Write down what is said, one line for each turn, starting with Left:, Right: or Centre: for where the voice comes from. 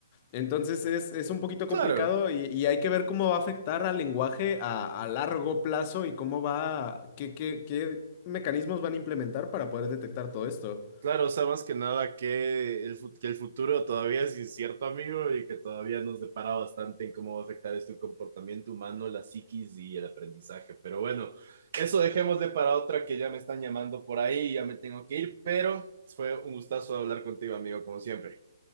Left: Entonces es, es un poquito
Right: claro,
Left: complicado y, y hay que ver cómo va a afectar al lenguaje a, a largo plazo y cómo va, qué, qué, qué mecanismos van a implementar para poder detectar todo esto.
Right: Claro, o sea, más que nada que el, fu- que el futuro todavía es incierto, amigo, y que todavía nos depara bastante en cómo va a afectar esto el comportamiento humano, la psiquis y el aprendizaje. Pero bueno, eso dejemos de para otra que ya me están llamando por ahí y ya me tengo que ir, pero fue un gustazo hablar contigo, amigo, como siempre.